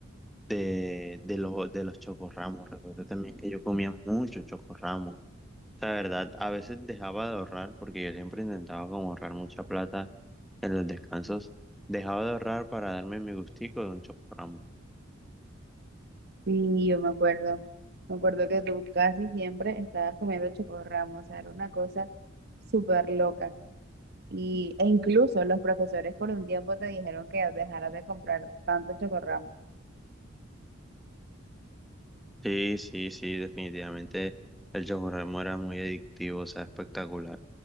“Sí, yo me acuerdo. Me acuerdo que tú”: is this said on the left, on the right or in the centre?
Right